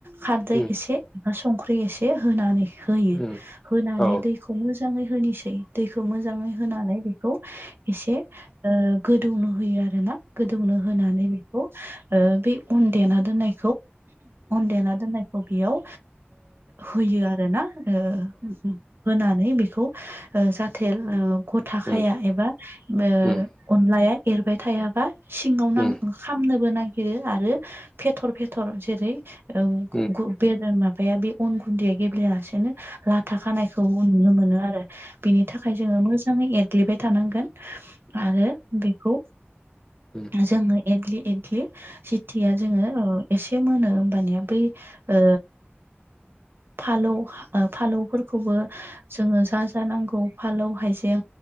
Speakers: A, on the right (about 65°); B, on the left (about 15°).
A: खारदै
B: उम औ उम
A: एसे संख्रि एसे होनानै होयो
B: उम
A: होनानै
B: औ
A: दै खौ मोजाङै होनोसै दैखौ मोजाङै होनानै बेखौ एसे ओ गोदौनो होयो आरो ना गोदौनो होनानै बेखौ ओ बे अन देना दोनाय देना दोननायखौ बेयाव होयो आरो ना ओ उ उ होनानै बेखौ ओ जाहाथे गथा थाखाया
B: उम
A: एबा ओ
B: उम
A: अनलाया एरबाय थायाबा सिङाव नांं
B: उम
A: खामनोबो नागिरो आरो फेथर फेथर जेरै वो
B: औ
A: गु बेद माबाया बे अन गुन्दैया गेब्लेलासेनो लाथा खानायखौ नुनो मोनो आरो बिनि थाखाय जोङो मोजाङै एरग्लिबाय थानांगोन आरो बेखौ
B: उम
A: जोङो एग्लि एग्लि सिटिया ङो एसे मोनो होमबानिया ओ फालौ ओ फालौफोरखौबो जोङो जा जानांगौ फालौ हाइजें